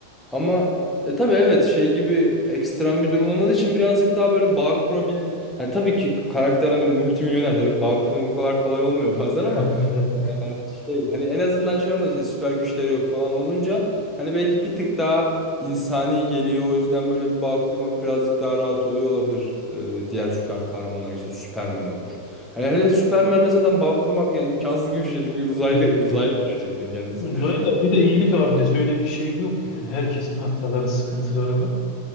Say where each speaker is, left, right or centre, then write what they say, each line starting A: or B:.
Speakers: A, in the centre; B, on the left.
A: ama e, tabii evet şey gibi ekstrem bir durum olmadığı için birazcık daha böyle bağ kurabildi. Yani tabii ki karakter hani multimilyoner tabii bağ kurmak o kadar kolay olmuyor <laughs> bazen
B: <laughs>
A: ama
B: Evet.
A: ee, şey hani en azından şey olmadı işte süper güçleri yok falan olunca hani belki bir tık daha insani geliyor o yüzden böyle bir bağ kurmak birazcık daha rahat oluyor olabilir e, diğer süper kahramanlar işte Superman olur. Hani hele Superman'le zaten bağ kurmak yani imkansız gibi bir şey çünkü uzaylı
B: Ya.
A: uzaylı gerçekten kendisi.
B: Uzayla bir de iyilik abidesi öyle bir şey yok yani. Herkesin hataları, sıkıntıları var.